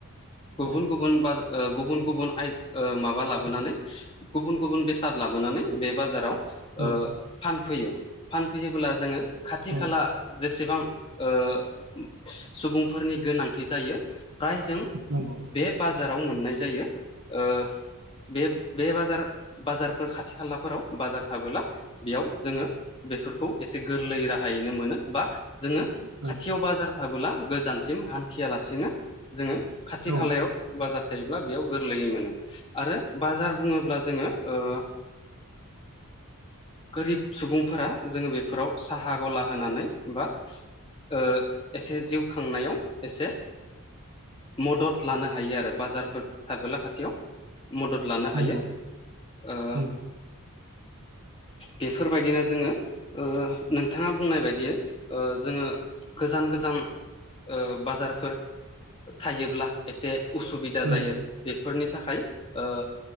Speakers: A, on the right; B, on the left.
A: औ
B: गुबुन गुबुन बाजा ओ गुबुन गुबुन आय ओ माबा लाबोनानै गुबुन गुबुन बेसाद लाबोनानै बे बाजाराव ओ
A: औ
B: फान फैयो फानफैयोबोला जोङो खाथि
A: औ
B: खाला जेसे सेबां ओ सुबुंफोरनि गोनांथि जायो फ्राय जों
A: नंगौ
B: बे बाजाराव मोननाय जायो ओ बे बे बाजार बाजारफोर खाथि खालाफोराव बाजार थाबोला बेयाव जोङो बेफोरखौ एसे गोरलै राहायैनो मोनो बा जोङो
A: नंगौ
B: खाथियाव बाजार थाबोला गोजानसिम हान्थियालासेनो जोङो खाथि
A: औ
B: खालायाव बाजाद थायोब्ला बेयाव गोरलैयै मोनो आरो बाजार बुङोब्ला जोङो ओ
A: <unintelligible> <inaudible>
B: गोरिब सुबुंफोरा जोङो बेफोराव साहा गला होनानै बा ओ एसे जिउ खांनायाव एसे मदद लानो हायो आरो बाजारफोर थाबोला खाथियाव मदद लानो
A: नंगौ
B: हायो ओ
A: नंगौ <unintelligible> <inaudible>
B: बेफोरबायदिनो जोङो ओ नोंथाङा बुंनाय बायदि ओ जोङो गोजान गोजान ओ बाजारफोर थायोब्ला एसे उसुबिदा
A: नंगौ
B: जायो बेफोरनि थाखाय ओ